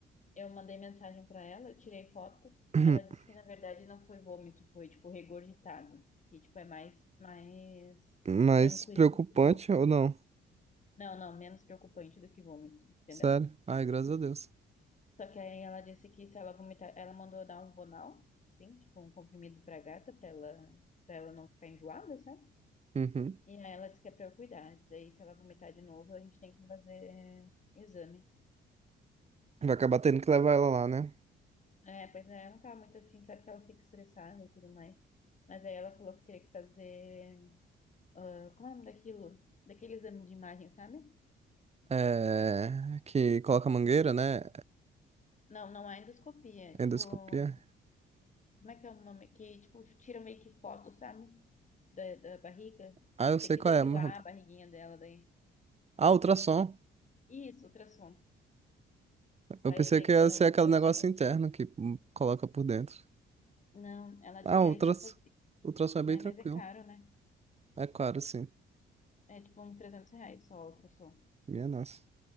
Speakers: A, on the left; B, on the right.
A: Eu mandei mensagem para ela, eu tirei foto.
B: <clears throat>
A: Ela disse que na verdade não foi vômito, foi tipo regurgitado, que tipo é mais mais
B: Mas
A: tranquilo
B: preocupante
A: do que vômito.
B: ou não?
A: Não, não, menos preocupante do que vômito, entendeu?
B: Sério? Ai, graças a Deus.
A: Só que aí ela disse que se ela vomitar, ela mandou dar um Vonal, sim, tipo um comprimido pra gata, pra ela, para ela não ficar enjoada, sabe?
B: Uhum.
A: E aí ela disse que é pra eu cuidar. Disse aí, se ela vomitar de novo, a gente tem que fazer exame.
B: Vai acabar tendo que levar ela lá, né?
A: É, pois é, ela não tava muito afim, sabe que ela fica estressada e tudo mais. Mas aí ela falou que teria que fazer. ah, Como é o nome daquilo? Daquele exame de imagem, sabe?
B: É, que coloca mangueira, né?
A: Não, não é endoscopia. é Tipo,
B: Endoscopia.
A: como é que é o nome? Que, tipo, tira meio que foto, sabe? Da, da barriga.
B: Ah, eu sei
A: Tem que
B: qual
A: depilar
B: é. mas-
A: a barriguinha dela daí.
B: Ah, ultrassom.
A: Isso, ultrassom.
B: Eu
A: Aí
B: pensei
A: eu teria
B: que
A: que
B: ia
A: fazer
B: ser
A: um
B: aquele
A: ultrassom.
B: negócio interno que hum, coloca por dentro.
A: Não, ela disse
B: Ah,
A: que
B: o
A: aí
B: ultrassom.
A: só fazer,
B: O ultrassom é
A: né?
B: bem tranquilo.
A: Mas é caro, né?
B: É claro, sim.
A: É tipo uns 300 reais só, a ultrassom.
B: Minha nossa.